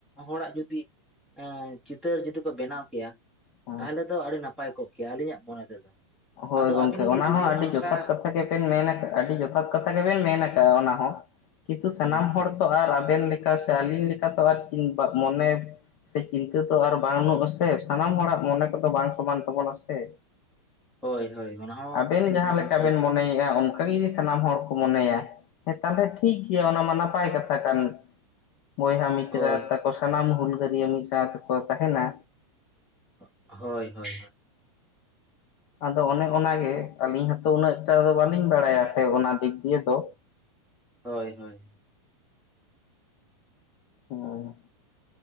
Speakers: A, in the centre; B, on the left (about 30°).
A: ᱦᱚᱲᱟᱜ ᱡᱩᱫᱤ ᱮᱸ ᱪᱤᱛᱟᱹᱨ ᱡᱩᱫᱤ ᱠᱚ ᱵᱮᱱᱟᱣ ᱠᱮᱭᱟ
B: ᱦᱮᱸ
A: ᱛᱟᱦᱚᱞᱮ ᱫᱚ ᱟᱹᱰᱤ ᱱᱟᱯᱟᱭ ᱠᱚᱜ ᱠᱮᱭᱟ ᱟᱹᱞᱤᱧᱟᱜ ᱢᱚᱱᱮ ᱛᱮᱫᱚ
B: ᱦᱳᱭ
A: ᱟᱫᱚ
B: ᱜᱚᱝᱠᱮ
A: ᱟᱹᱵᱤᱱ ᱜᱮ
B: ᱚᱱᱟ
A: ᱡᱩᱫᱤ
B: ᱦᱚᱸ ᱟᱹᱰᱤ
A: ᱚᱱᱠᱟ
B: ᱡᱚᱛᱷᱟᱛ ᱠᱟᱛᱷᱟ᱾ ᱡᱚᱛᱷᱟᱛ ᱜᱮᱵᱮᱱ ᱢᱮᱱ ᱟᱠᱟᱫᱼᱟ ᱟᱹᱰᱤ ᱡᱚᱛᱷᱟᱛ ᱠᱟᱛᱷᱟ ᱜᱮᱵᱮᱱ ᱢᱮᱱ ᱟᱠᱟᱫᱼᱟ ᱚᱱᱟ ᱦᱚᱸ᱾ ᱠᱤᱱᱛᱩ ᱥᱟᱱᱟᱢ
A: ᱦᱩᱸ
B: ᱦᱚᱲ
A: ᱦᱩᱸ
B: ᱛᱚ ᱟᱨ ᱟᱵᱮᱱ ᱞᱮᱠᱟ ᱥᱮ ᱟᱞᱤᱧ ᱞᱮᱠᱟ ᱛᱚ ᱟᱨ ᱢᱚᱱᱮ᱾ ᱥᱮ ᱪᱤᱱᱛᱟᱹ ᱛᱚ ᱟᱨ ᱵᱟᱱᱩᱜ ᱟᱥᱮ ᱥᱟᱱᱟᱢ ᱦᱚᱲᱟᱜ ᱢᱚᱱᱮ ᱠᱚᱫᱚ ᱵᱟᱝ ᱥᱚᱢᱟᱱ ᱛᱟᱵᱚᱱᱟ ᱥᱮ
A: ᱦᱳᱭ ᱦᱳᱭ ᱚᱱᱟ ᱦᱚᱸ
B: ᱟᱵᱮᱱ
A: ᱴᱷᱤᱠ
B: ᱡᱟᱦᱟᱸ
A: ᱜᱮᱵᱮᱱ
B: ᱞᱮᱠᱟ
A: ᱞᱟᱹᱭᱮᱫᱼᱟ
B: ᱵᱮᱱ ᱢᱚᱱᱮᱭᱮᱫᱼᱟ ᱚᱱᱠᱟ <unintelligible> ᱥᱟᱱᱟᱢ ᱦᱚᱲ ᱠᱚ ᱢᱚᱱᱮᱭᱟ ᱦᱮᱸ ᱛᱟᱦᱚᱞᱮ ᱴᱷᱤᱠ ᱜᱮᱭᱟ ᱚᱱᱟ ᱢᱟ ᱱᱟᱯᱟᱭ ᱠᱟᱛᱷᱟ ᱠᱟᱱ ᱵᱚᱭᱦᱟ ᱢᱤᱥᱨᱟᱛ
A: ᱦᱳᱭ
B: ᱛᱟᱠᱚ ᱥᱟᱱᱟᱢ ᱦᱩᱞᱜᱟᱹᱨᱤᱭᱟ ᱢᱤᱫᱥᱟᱶ ᱛᱮᱠᱚ ᱛᱟᱦᱮᱱᱟ᱾
A: ᱦᱳᱭ ᱦᱳᱭ ᱦᱳᱭ᱾
B: ᱟᱫᱚ ᱚᱱᱮ ᱚᱱᱟᱜᱮ ᱟᱹᱞᱤᱧ ᱦᱚᱸᱛᱚ ᱩᱱᱟᱹᱜ ᱮᱠᱴᱟ ᱫᱚ ᱵᱟᱹᱞᱤᱧ ᱵᱟᱲᱟᱭᱟ ᱥᱮ ᱚᱱᱟ ᱫᱤᱠ ᱫᱤᱭᱮ ᱫᱚ
A: ᱦᱳᱭ ᱦᱳᱭ᱾
B: ᱦᱩᱸ